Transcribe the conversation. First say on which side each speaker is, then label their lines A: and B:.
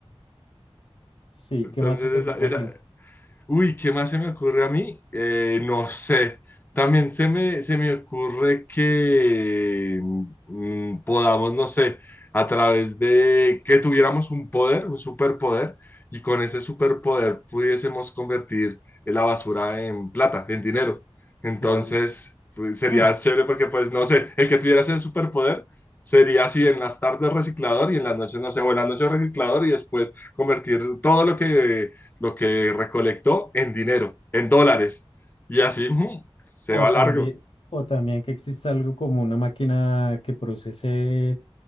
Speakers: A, on the left; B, on the left.
A: Sí,
B: Entonces,
A: ¿qué más se te ocurre
B: esa, esa,
A: a ti?
B: Uy, ¿qué más se me ocurre a mí? Eh, no sé. También se me, se me ocurre que mm, podamos, no sé, a través de que tuviéramos un poder, un superpoder, y con ese superpoder pudiésemos convertir la basura en plata, en dinero. Entonces,
A: Claro.
B: pues, sería
A: <laughs>
B: chévere porque, pues, no sé, el que tuviera ese superpoder sería así en las tardes reciclador y en las noches, no sé, buenas noches reciclador y después convertir todo lo que lo que recolectó en dinero, en dólares. Y así mm, se
A: O
B: va
A: también,
B: largo.
A: o también que exista algo como una máquina que procese